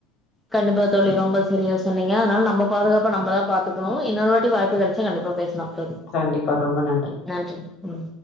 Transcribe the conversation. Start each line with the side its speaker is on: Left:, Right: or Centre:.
Centre: கண்டிப்பா தோழி ரொம்ப சரியா சொன்னீங்க அதனால நம்ப பாதுகாப்ப நம்பதா பாத்துக்ணு இன்னொரு வாட்டி வாய்ப்பு கெடச்ச கண்டிப்பா பேச லா தோழி
Left: கண்டிப்பா ரொம்ப நன்றி
Centre: நன்றி ம்